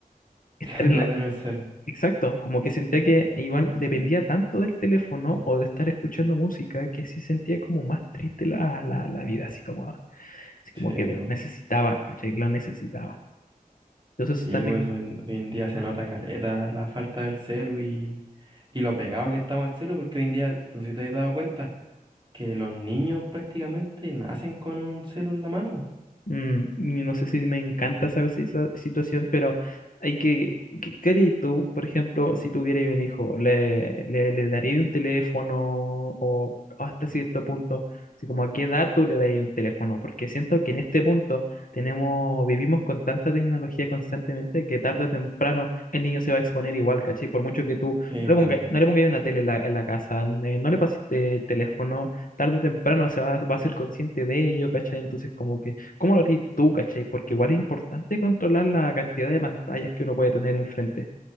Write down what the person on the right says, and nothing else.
<laughs>
que
no
tener celu.
Sí,
po.
Sí,
por eso hoy, hoy en día se nota caleta la falta del celu y, y lo pegado que estamos al celu, porque hoy en día, no sé si te has dado cuenta, que los niños prácticamente nacen con un celu en la mano.
Sí,
po.